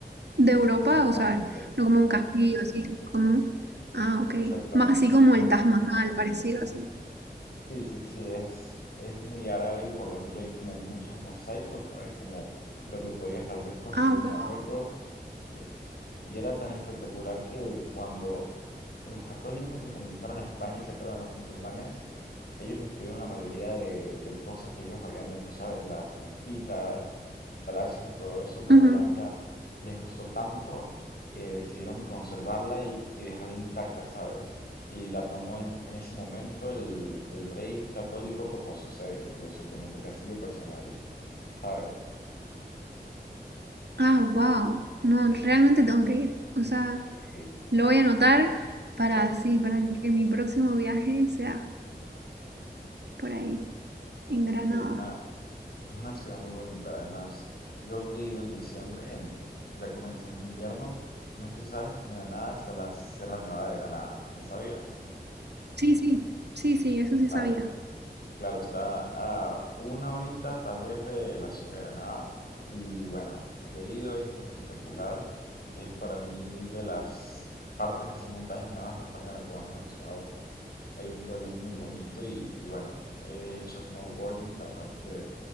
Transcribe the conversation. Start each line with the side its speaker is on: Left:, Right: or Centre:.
Right: De Europa,
Left: Exactamente,
Right: o sea, no como un castillo, así como... un- Ah, ok.
Left: exactamente.
Right: Más así como
Left: Em,
Right: el Taj Mahal, parecido así.
Left: sí, sí, sí, es, es muy árabe y por dentro hay como muchos mosaicos, ¿sabes? Como lo que podrías tal vez conseguir
Right: Ah,
Left: en
Right: wow.
Left: Marruecos. Sí. Y era tan espectacular que cuando Los católicos reconquistaron a España y sacaron a los musulmanes. Ellos destruyeron la mayoría de, de cosas que ellos habían hecho, ¿sabes? Las mezquitas, palacios y todo eso, pero
Right: Ujú.
Left: la Alhambra les gustó tanto que decidieron conservarla y, y dejarla intacta, ¿sabes? Y la tomó en, en ese momento el, el rey católico como su sede, incluso como su castillo personal, ¿sabes?
Right: Ah, wow. No, realmente tengo que ir. O sea,
Left: Sí, sí.
Right: lo voy a anotar para así, para que mi próximo viaje sea por ahí, en Granada.
Left: Sí, es una, Es una ciudad muy bonita, además. Yo que he ido en diciembre, en- ya comenzando invierno, no sé si sabes que en Granada está la Sierra Nevada de Granada. ¿Lo sabías?
Right: Sí, sí, sí, sí, eso
Left: Vale,
Right: sí sabía.
Left: claro, está a una horita tal vez de la ciudad de Granada. Y bueno, yo he ido, es espectacular. Es para mí de las partes así montañas nevadas de España la que más me ha gustado. Hay un pueblo muy bonito y, y bueno, he hecho snowboarding, la verdad es que